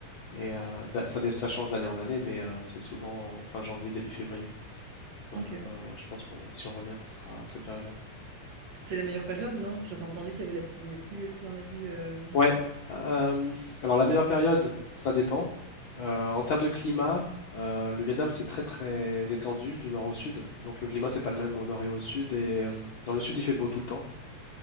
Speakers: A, on the left; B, on the right.
A: Et euh, da- ça, dé- ça change d'année en année, mais euh, c'est souvent fin janvier, début février. Donc,
B: Ok.
A: euh, je pense que si on revient, ça sera à cette période-là.
B: C'est la meilleure période, non? J'avais entendu qu'il y avait la saison des pluies aussi en Asie. euh,
A: Ouais,
B: euh,
A: euh, alors la meilleure période, ça dépend. Euh, en termes de climat, euh, le Vietnam c'est très très étendu du nord au sud, donc le climat c'est pas le même au nord et au sud. Et euh, dans le sud il fait beau tout le temps.